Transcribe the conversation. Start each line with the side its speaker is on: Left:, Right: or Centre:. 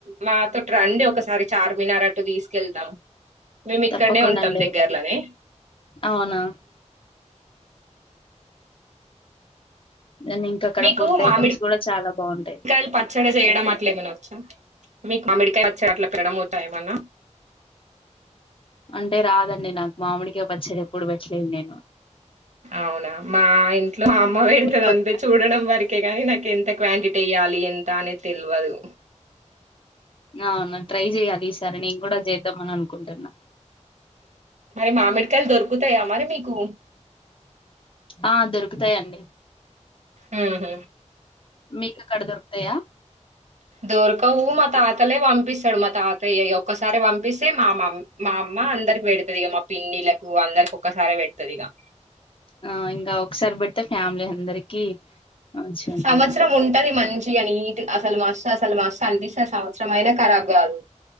Right: మాతోటి రండి ఒకసారి చార్మినార్ అట్టు తీసుకెళ్తాం. మేము ఇక్కడనే
Left: తప్పకుండా
Right: ఉంటాం
Left: అండి వెళ్దాం.
Right: దగ్గర్లోనే.
Left: అవునా మేం ఇంకా అక్కడ
Right: మీకు
Left: ఫుడ్ ఐటెమ్స్
Right: మామిడి
Left: కూడా చాలా బాగుంటాయి.
Right: కాయలు పచ్చడి చేయడం అట్లే ఏమన వచ్చా. మీకు మామిడికాయ చెట్ల ప్రెడమవుతాయి ఏమన్న
Left: అంటే రాదండి. నాకు మామిడికాయ పచ్చడి ఎప్పుడు పెట్టలేదు నేను.
Right: అవునా మా ఇంట్లో మా అమ్మ పెడుతది
Left: మీకు
Right: అంతే
Left: వచ్చా?
Right: చూడడం వర కానీ నాకు ఎంత క్వాంటిటీ ఇవ్వాలి ఎంత అనే తెల్వదు
Left: ఆవును ట్రై చెయ్యాలి. ఈసారి సరె నేను కూడా చేద్దామని అనుకుంటున్నా
Right: మరి మామిడి కాయలు దొరుకుతాయా మరి మీకు
Left: ఆ.. దొరుకుతాయండి
Right: ఉ.... హుమ్...
Left: మీకు అక్కడ దొరుకుతాయా
Right: దొరకవు మా తాతలే పంపిస్తాడు మా తాతయ్యే ఈ ఒక్కసారె పంపిస్తే మా.. మ.. మా అమ్మ అందరికి పెడతుంది ఇక మా పిన్నిలకు అందరికి ఒక్కసారి పె పెడతది ఇక
Left: ఆ ఇంకా ఒకసారి పెడితే ఫ్యామిలీ అందరికి మంచిగా ఉంటది
Right: సంవత్సరం ఉంటది మంచి గా నీ అసల్ మస్త్ అసలు మస్త్ అనిపిస్తది సంవత్సరం అయినా కరాబ్ కాదు